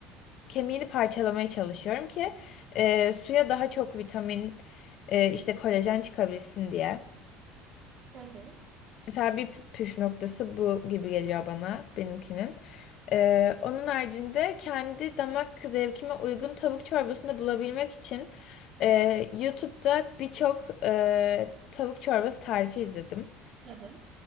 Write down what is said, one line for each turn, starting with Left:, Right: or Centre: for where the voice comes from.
Left: kemiğini parçalamaya çalışıyorum ki e, suya daha çok vitamin e, işte kolajen çıkabilsin diye.
Right: Hı hı.
Left: Mesela bir pü- püf noktası bu gibi geliyor bana benimkinin. Ee, onun haricinde kendi damak zevkime uygun tavuk çorbasını bulabilmek için e, YouTube'da birçok e, tavuk çorbası tarifi izledim.
Right: Hı hı.